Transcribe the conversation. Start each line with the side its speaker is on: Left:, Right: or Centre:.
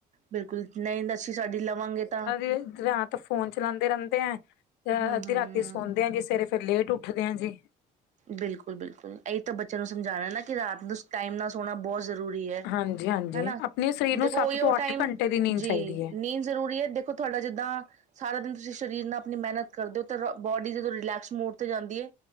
Right: ਬਿਲਕੁਲ ਨੀਂਦ ਅਸੀ ਸਾਡੀ ਲਵਾਂਗੇ ਤਾਂ
Left: ਏ ਰਾਤ ਤਾਂ ਫੋਨ ਚਲਾਉਂਦੇ ਰਹਿੰਦੇ ਆ, ਅ
Right: ਹਮ
Left: ਅੱਧੀ
Right: ਹਮ
Left: ਰਾਤੀ ਸੌਦੇ ਆ ਜੀ ਸਵੇਰੇ ਫੇਰ ਲੇਟ ਉੱਠਦੇ ਆ ਜੀ।
Right: ਬਿਲਕੁਲ, ਬਿਲਕੁਲ ਇਹੀ ਤਾਂ ਬੱਚਿਆਂ ਨੂੰ ਸਮਝਾਣਾ ਨਾ, ਕਿ ਰਾਤ ਨੂੰ ਸੂ ਟਾਈਮ ਨਾਲ ਸੋਣਾ ਬਹੁਤ ਜ਼ਰੂਰੀ ਐ
Left: ਹਾਂਜੀ ਹਾਂਜੀ
Right: ਹੈ ਨਾ,
Left: ਆਪਣੇ ਸਰੀਰ
Right: ਦੇਖੋ
Left: ਨੂੰ ਸੱਤ
Right: ਉਹੀਓ
Left: ਤੋਂ ਅੱਠ
Right: ਟਾਈਮ
Left: ਘੰਟੇ ਦੀ ਨੀਂਦ
Right: ਜੀ,
Left: ਚਾਹੀਦੀ ਹੈ
Right: ਨੀਂਦ ਜ਼ਰੂਰੀ ਐ ਦੇਖੋ ਤੁਹਾਡਾ ਜਿੱਦਾਂ ਸਾਰਾ ਦਿਨ ਤੁਸੀਂ ਸਰੀਰ ਨਾਲ ਆਪਣੀ ਮੇਹਨਤ ਕਰਦੇ ਹੋ ਤੇ ਰੋ ਬੋਡੀ ਜਦੋਂ ਰਿਲੈਕਸ ਮੋਡ ਤੇ ਜਾਂਦੀ ਐ।